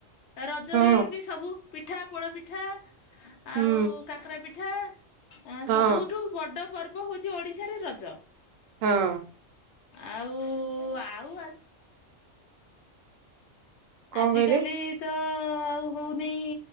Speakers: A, on the left (about 65°); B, on the right (about 75°).
A: ରଜରେ
B: ହଁ
A: କି ସବୁ ପିଠା ପୋଡ ପିଠା
B: ହୁଁ
A: ଆଉ କାକରା ପିଠା,
B: ହଁ
A: ସବୁଠୁ ବଡ ପର୍ବ ହଉଛି ଓଡିଶାରେ ରଜ।
B: ହଁ।
A: ଆଉ ଆଉ ଆ
B: କଣ
A: ଆଜିକାଲି
B: କହିଲେ?
A: ତ ଆଉ ହଉନି